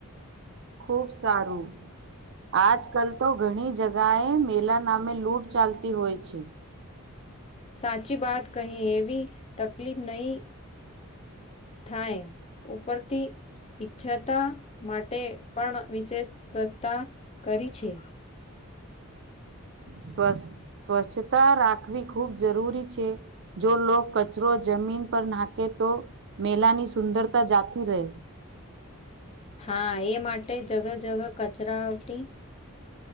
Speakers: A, on the right; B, on the left.
A: ખૂબ સારું. આજ કલ તો ઘણી જગાએ મેલા નામે લૂંટ ચાલતી હોય છે.
B: સાચી વાત કહી એવી તકલીફ નહી. થાય ઉપરથી ઈચ્છાતા માટે. પણ વિશેષ વ્યવસ્થા કરી છે.
A: સ્વ સ્વચ્છતા રાખવી ખૂબ જરૂરી છે. જો લોક કચરો જમીન પર નાકે તો મેલાની સુંદરતા જાતી રહે.
B: હા એ માટે જગ જગ કચરા ઓટી